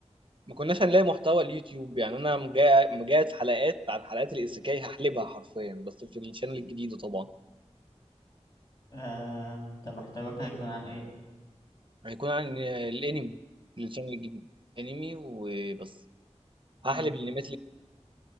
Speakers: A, on the right; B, on the left.
A: ما كناش هنلاقي محتوى اليوتيوب يعني انا مجا- مجهز حلقات عن حلقات الايسيكاي هحلبها حرفيا بس في الشانل الجديده طبعا
B: آه، ده محتواك هيكون عن ايه
A: هيكون عن الانمي في الشانل الجديد انمي وبس هحلب
B: مم.
A: الانميات اللي